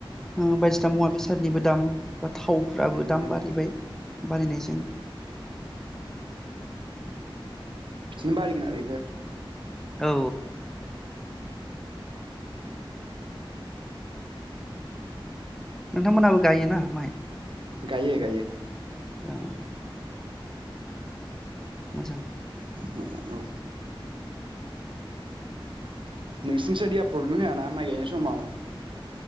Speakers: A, in the centre; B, on the right.
A: उम बायदिसिना मुवा बेसादनिबो दाम बा थावफ्राबो
B: नंगौ
A: दाम
B: नंगौ
A: बारिबाय बारिनायजों
B: बिदिनो बारायगोन आरो इबो
A: औ नोंथांमोनहाबो गायोना? माय
B: गायो गायो
A: ओं मोजां।
B: मोजां औ नोंसिजाय दैया प्रब्लेम होआ ना माइ गायनाय समाव?